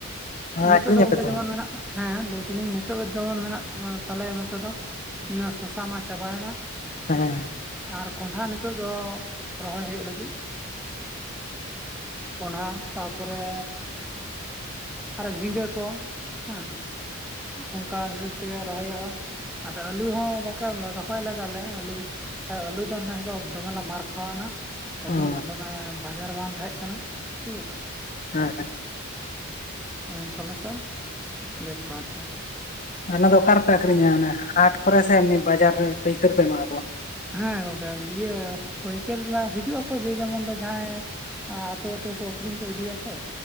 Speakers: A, in the centre; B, on the left (about 35°).
A: ᱱᱤᱛᱳᱜ
B: ᱟᱹᱠᱷᱨᱤᱧ
A: ᱫᱚ ᱜᱚᱢᱠᱮ
B: ᱟᱯᱮ ᱛᱚ
A: ᱡᱮᱢᱚᱱ ᱢᱮᱱᱟᱜ ᱦᱮᱸ ᱞᱟᱹᱭ ᱫᱟᱞᱤᱧ ᱱᱤᱛᱚᱜ ᱡᱮᱢᱚᱱ ᱢᱮᱱᱟᱜ ᱛᱟᱞᱮᱭᱟ ᱱᱚᱛᱮ ᱫᱚ ᱚᱱᱟ ᱥᱚᱥᱟ ᱢᱟ ᱪᱟᱵᱟᱭᱮᱱᱟ
B: ᱦᱮᱸ
A: ᱟᱨ ᱠᱚᱸᱰᱷᱟ ᱱᱤᱛᱚᱜ ᱫᱚ ᱨᱚᱦᱚᱭ ᱦᱩᱭᱩᱜ ᱞᱟᱹᱜᱤᱫ ᱠᱚᱸᱰᱷᱟ ᱛᱟᱯᱚᱨᱮ ᱟᱨᱚ ᱡᱷᱤᱸᱜᱟᱹ ᱠᱚ ᱦᱮᱸ ᱚᱱᱠᱟ ᱦᱤᱥᱟᱹᱵ ᱛᱮᱜᱮ ᱨᱚᱦᱚᱭᱚᱜᱼᱟ ᱟᱫᱚ ᱟᱹᱞᱩ ᱦᱚᱸ ᱜᱚᱝᱠᱮ ᱨᱚᱦᱚᱭ ᱞᱮᱫᱟ ᱞᱮ ᱟᱹᱞᱩ ᱟᱹᱞᱩ ᱫᱚ ᱱᱮᱥ ᱫᱚ ᱫᱚᱢᱮ ᱞᱮ ᱢᱟᱨ ᱠᱷᱟᱣ ᱮᱱᱟ ᱟᱹᱞᱩ
B: ᱚ
A: ᱨᱮᱱᱟᱜ ᱫᱚᱢᱮ ᱵᱟᱡᱟᱨ ᱵᱟᱝ ᱛᱟᱦᱮᱸ ᱠᱟᱱᱟ ᱴᱷᱤᱠ ᱟᱪᱷᱮ
B: ᱦᱮᱸ
A: ᱚᱱᱠᱟ ᱞᱮᱠᱟ ᱵᱮᱯᱟᱨ ᱫᱚ
B: ᱚᱱᱟ ᱫᱚ ᱚᱠᱟ ᱨᱮᱯᱮ ᱟᱠᱷᱨᱤᱧᱟ ᱮ ᱦᱟᱴ ᱠᱚᱨᱮ ᱥᱮ ᱮᱢ ᱵᱟᱡᱟᱨ ᱨᱮ ᱯᱟᱹᱭᱠᱟᱹᱨᱯᱮ ᱮᱢᱟ ᱠᱚᱣᱟ
A: ᱦᱮᱸ ᱜᱚᱝᱠᱮ ᱤᱭᱟᱹ ᱯᱟᱹᱭᱠᱟᱹᱨᱞᱟ ᱦᱤᱡᱩᱜ ᱟᱠᱚ ᱡᱮ ᱡᱮᱢᱚᱱ ᱫᱚ ᱡᱟᱦᱟᱸᱭ ᱟᱹᱛᱩ ᱟᱹᱛᱩ ᱟᱠᱷᱨᱤᱧ ᱠᱚ ᱤᱫᱤᱭᱟ ᱥᱮ